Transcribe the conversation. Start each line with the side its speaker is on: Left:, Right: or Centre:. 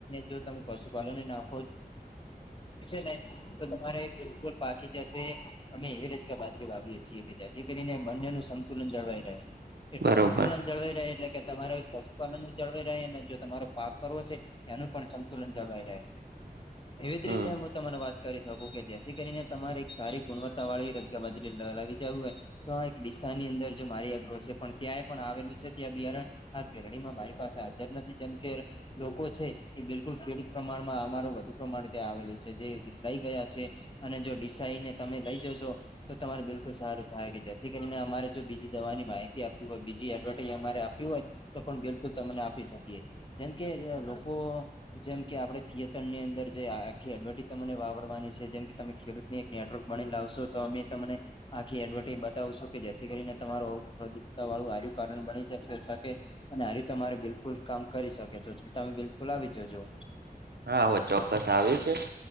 Left: જો તમે પશુપાલનને ના <unintelligible> છે ને ને તો તમારે બિલકુલ પાકી જશે. અમે એવી રીતના બાજરી વાવીએ છીએ કે જેથી કરીને બંનેનું સંતુલન જળવાઈ રહે. એટલું
Right: બરોબર
Left: સંતુલન જળવાઈ રહે એટલે કે તમારે પશુપાલન બી જળવાઈ રહે અને જો તમારો પાક કરવો છે. ત્યાં નું પણ સંતુલન જળવાઈ રહે. એવી જ
Right: હમ
Left: રીતે હું તને વાત કરી શકું કે જેથી કરીને તમારી એક સારી ગુણવત્તા વાળી કે બાજરી દવા લાવી જઉં હોય <unintelligible> તો એક દિશાની અંદર જો મારી એગ્રો છે પણ ત્યાંય પણ આવેલું છે ત્યાં બિયારણ આ <unintelligible> મારી પાસે હાજર નથી જેમ કે લોકો છે એ બિલકુલ ખેડૂત પ્રમાણમાં અમારો વધ જો પ્રમાણે આવેલું છે જે લઈ ગયા છે અને જો ડીસા આઈ ને તમે લઈ જશો. તો તમારે બિલકુલ સારું થાય કે જેથી કરીને અમારે જો બીજી દવાની માહિતી આપી હોય બીજી એડવર્ટાઈઝ અમારે આપવી હોય. તો પણ બિલકુલ તમને આપી શકીએ જેમ કે લોકો જેમ કે આપણે થિયેટરની અંદર જે આખી તમને વાવડવાની છે જેમ કે તમે ખેડૂતને એક નેટવર્ક બનાવી લાવશો તો અમે તમને આખી એડવરટાઈઝ બતાવશું કે જેથી કરીને તમારું ફળદ્રુપતા વાળું કારણ બની‌ શકે. અને આવી રીતે તમારે બિલકુલ કામ કરી શકે જો તો તમે બિલકુલ આવી જજો.
Right: હા હું ચોક્કસ આવીશ